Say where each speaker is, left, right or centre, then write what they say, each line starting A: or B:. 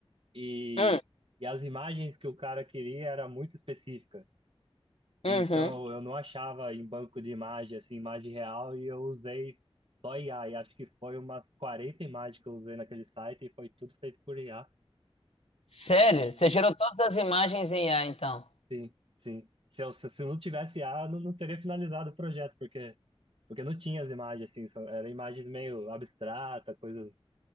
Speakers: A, on the right; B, on the left.
A: e,
B: Hum.
A: e as imagens que o cara queria era muito específica.
B: Uhum.
A: Então, eu não achava em banco de imagem, assim, imagem real, e eu usei só IA. E acho que foi umas 40 imagens que eu usei naquele site e foi tudo feito por IA.
B: Sério?
A: E
B: Você gerou todas as imagens em AI, então?
A: sim, sim. Se eu, se eu não tivesse IA, eu não, não teria finalizado o projeto, porque, porque não tinha as imagens, assim, são, eram imagens meio abstratas, coisas,